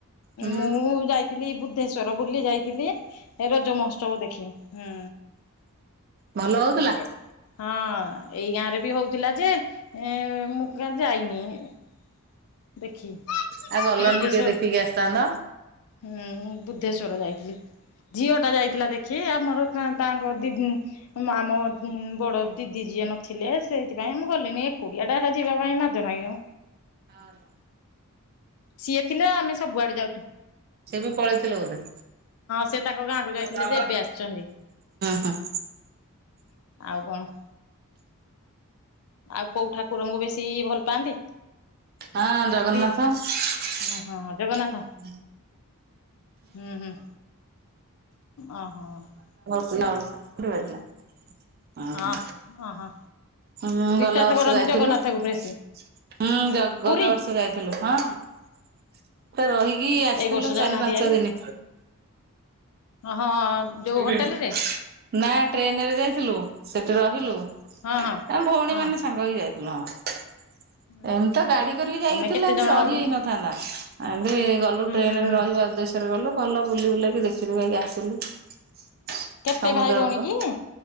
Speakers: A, on the right; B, on the left.
A: ହୁଁ
B: ମୁଁ ଯାଇଥିଲି । ବୁଦ୍ଧେଶ୍ଵର ବୁଲି ଯାଇଥିଲି । ଏ ରଜ ମହୋତ୍ସବ ଦେଖି, ହୁଁ
A: ଭଲ ହଉଥିଲା?
B: । <inaudible> ହଁ । ଏଇ ଗାଁ ରେ ବି ହଉଥିଲା। ଯେ ମୁଁ କିଆଁ ଯାଇନି । ଦେଖି
A: ଆଉ ଗଲନି
B: ବୁଦ୍ଧେଶେ
A: ଟିକେ ଦେଖିକି ଆସିଥାନ୍ତ।
B: ହୁଁ ବୁଦ୍ଧେଶ୍ଵର ଜାଇ। ଝିଅ ଟା ଯାଇଥିଲା ଦେଖି ଆମର ତା ତାଙ୍କ ଦିଦି ଆମ ବଡ଼ ଦିଦି ଯିଏ ନଥିଲେ ସେଇଥିପାଇଁ ମୁଁ ଗଲିନି ଏକୁଟିଆ ଟା ଏଟା ଯିବା ପାଇଁ ଜ ନାଗିବ।
A: ହଁ ତ।
B: ସିଏ ଥିଲେ ଆମେ ସବୁଆଡେ ଯାଉଚୁ।
A: ସେ ବି ପଳେଇଥିଲେ ବୋଧେ <inaudible>
B: ସେ ତାଙ୍କ ଗାଁକୁ ଯାଇଥିଲେ
A: ହ
B: ଯେ ଏବେ ଆସିଛନ୍ତି
A: ହ ।
B: <inaudible> ଆଉ କଣ? <inaudible> ଆଉ କୋଉ ଠାକୁରଙ୍କୁ ବେଶୀ ଭଲ ପାଆନ୍ତି?
A: ହଁ ଜଗନ୍ନାଥ
B: ପ୍ରିୟ
A: ।
B: ହଁ ହଁ
A: <inaudible>
B: ଜଗନ୍ନାଥ
A: ହୁଁ।
B: ହୁଁ ହୁଁ। ଓହୋ ।
A: ହଠି ବାିଲା ଓହୋ।
B: ଅ ଓହୋ
A: ହୁଁ
B: ବିଶ୍ଵାସ
A: ଗଲା ବର୍ଷ
B: କରନ୍ତି
A: ଯାଇଥିଲୁ
B: ଜଗନ୍ନାଥଙ୍କୁ
A: ।
B: ବେଶୀ
A: ହୁଁ ଗ
B: ପୁରୀ
A: ଗଲା ବର୍ଷ ଯାଇଥିଲୁ । ହଁ । <inaudible> ତ ରହିକି ଆସିଥିଲୁ
B: ଏଇ ବର୍ଷ ଯାଉନାହାନ୍ତି
A: ଚାରି ପାଞ୍ଚ,
B: ହାରି
A: ଦିନି।
B: ହଁ ଯୋଉ
A: <inaudible>
B: ହୋଟେଲରେ
A: ନା ଟ୍ରେନରେ ଯାଇଥିଲୁ ସେଠି ରହିଲୁ ।
B: ହଁ ହଁ
A: <inaudible> ଆମେ ଭଉଣୀ
B: ହଁ
A: ମାନେ ସାଙ୍ଗ ହେଇ ଯାଇଥିଲୁ । ହଁ ।
B: <inaudible>
A: ଏମିତି ତ ଗାଡି କରିକି ଯାଇଥିଲେ
B: ତମେ କେତେ
A: ଏମତି
B: ଜଣ
A: ରହି
B: ହୁଁ
A: ହେଇ ନଥାନ୍ତା ଏମିତି ଗଲୁ ଟ୍ରେନ
B: ହୁଁ
A: ରେ
B: ହୁଁ
A: ରହିବା ଉଦ୍ଦେଶ୍ୟ । ଗଲୁ ଭଲ ବୁଲି ବୁଲାକି ଦେଖି ଦୁଖାକି ଆସିଲୁ ।
B: କେତେ
A: ସମୁଦ୍ର
B: ଭାଇ ଭଉଣୀ
A: କୂଳ
B: କି?